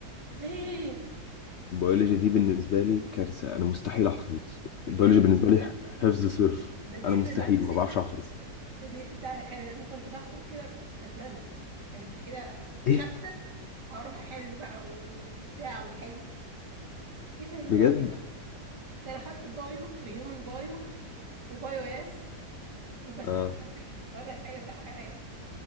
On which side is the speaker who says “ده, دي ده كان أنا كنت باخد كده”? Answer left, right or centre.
Right